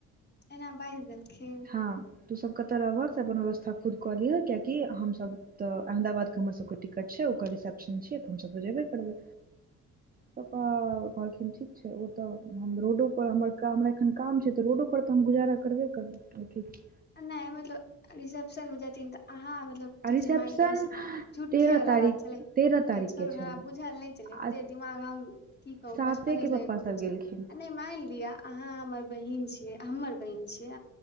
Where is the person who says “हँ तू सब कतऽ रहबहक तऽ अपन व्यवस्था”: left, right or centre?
Right